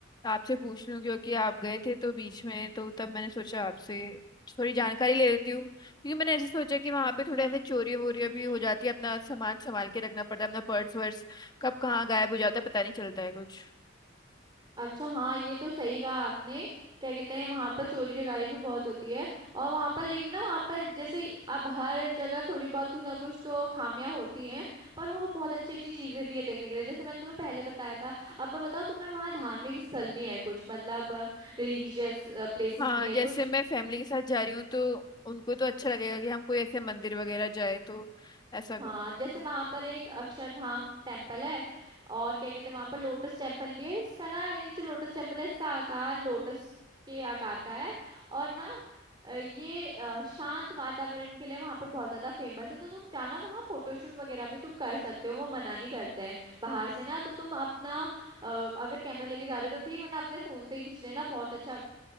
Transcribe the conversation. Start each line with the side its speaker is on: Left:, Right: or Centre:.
Left: आपसे पूछ लूँ क्योंकि आप गए थे तो बीच में तो तब मैंने सोचा आपसे थोड़ी जानकारी ले लेती हूँ क्योंकि मैंने ऐसे सोचा कि वहाँ
Right: अच्छा
Left: पे थोड़े ऐसे
Right: हम्म
Left: चोरी वोरियाँ भी हो जाती है अपना सामान संभाल के रखना पड़ता है अपना पर्स वर्स कब कहाँ गायब हो जाता है पता नहीं चलता है कुछ
Right: अच्छा हाँ ये तो सही कहा आपने क्या कहते हैं वहां पर चोरी चकारी भी बहुत होती है और वहां पर लेकिन ना वहां पर जैसे अब हर जगह थोड़ी बहुत कुछ ना कुछ तो खामियां होती हैं पर वहां पर बहुत अच्छी अच्छी चीजें भी है देखने के लिए जैसे मैंने तुम्हें पहले बताया था अब मैं बताऊँ तुम्हें वहां धार्मिक स्थल भी है कुछ मतलब रिलीजियस प्लेसेस
Left: हाँ
Right: भी है
Left: जैसे
Right: कुछ
Left: मैं फैमिली के साथ जा रही हूँ तो उनको तो अच्छा लगेगा कि हम कोई ऐसे मंदिर वगैरह जाए तो ऐसा
Right: हाँ
Left: कुछ
Right: जैसे वहां पर एक अक्षरधाम टेम्पल है और क्या कहते हैं वहां पर लोटस टेम्पल भी है इसका ना ये जो लोटस टेम्पल है इसका आकार लोटस के आकार का है और ना अ, ये अ, शांत वातावरण के लिए वहां पर बहुत ज्यादा फेमस है तो तुम जाना वहां फोटोशूट वगैरह भी तुम कर सकते हो वो मना नहीं करते हैं बाहर से ना तो तुम अपना अ, अगर कैमरा लेके जा रहे हो तो ठीक वरना अपने फोन से ही खींच लेना बहुत अच्छा अ,